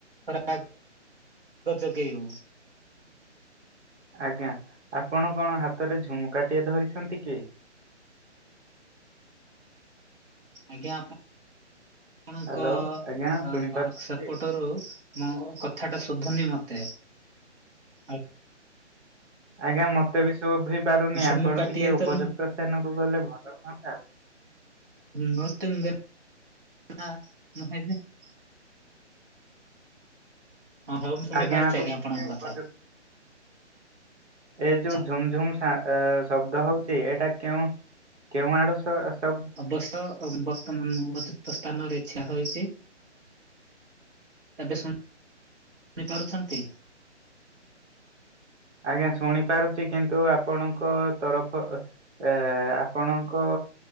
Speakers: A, on the right; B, on the right.
A: ଖରା ଯୋଗେଇବ।
B: ଆଜ୍ଞା ଆପଣ କଣ ହାତରେ ଝୁମ କାଟିଏ ଧରିଛନ୍ତି କି?
A: ଆଜ୍ଞା ଆପ ଆପଣଙ୍କ
B: ହ୍ୟାଲୋ ଆଜ୍ଞା ଶୁଣିପାରୁଛନ୍ତି?
A: ଅ ଶ ପଟରୁ ମଁ କଥା ଟା ଶୁଭୁନି ମତେ? ଆ
B: ଆଜ୍ଞା ମତେ ବି ସୁଭି ପାରୁନି
A: ଝୁମୁକାଟିଏ
B: ଆପଣ ଟିକେ ଉପଯୁକ୍ତ
A: ତ
B: ସ୍ଥାନକୁ ଗଲେ ଭଲ ହୁଅନ୍ତା।
A: ନତ ନେ <unintelligible> ହଁ ହଉ ମୁଁ ଶୁଣିପାରୁଛି
B: ଆଜ୍ଞା ଆପଣ
A: ଆଜ୍ଞ ଆପଣଙ୍କ
B: ଟିକେ ଉପଯୁକ୍ତ
A: କଥା।
B: ଏ
A: ଆଛା
B: ଯୋଉ ଝୁମ୍ ଝୁମ୍ ଶା ଶବ୍ଦ ହଉଛି ଏଇଟା କେଉଁ କେଉଁ ଆଡୁ ଷ
A: ଅବଶ୍ୟ ବର୍ତ୍ତମାନ ଉପଯୁକ୍ତ ସ୍ଥାନରେ ଛିଆ ହୋଇଛି। ଏବେ ଶୁଣି ପାରୁଛନ୍ତି?
B: ଆଜ୍ଞା ଶୁଣି ପାରୁଛି କିନ୍ତୁ ଆପଣଙ୍କ ତରଫ ଅ ଏ ଆପଣଙ୍କ